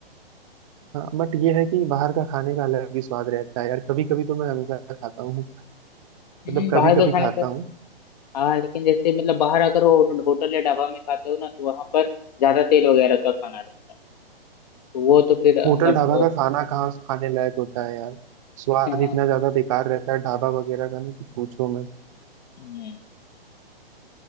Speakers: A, on the right (about 35°); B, on the left (about 45°).
A: हाँ बट ये है कि बाहर का खाने का अलग ही स्वाद रहता है यार कभी कभी तो मैं हमेशा खाता हूँ
B: हम्म,
A: मतलब कभी
B: बाहर
A: कभी
B: के खाने
A: खाता
B: का
A: हूँ
B: हाँ लेकिन जैसे मतलब बाहर अगर हो, होटल या ढाबा में खाते हो ना तो वहां पर ज्यादा तेल वगैरह का खाना रहता है तो वो तो फिर
A: होटल
B: मतलब
A: ढाबा का खाना कहाँ खाने लायक होता है यार स्वाद
B: अ, <laughs>
A: इतना ज्यादा बेकार रहता है ढाबा वगैरह का ना कि पूछो मैं
B: हम्म,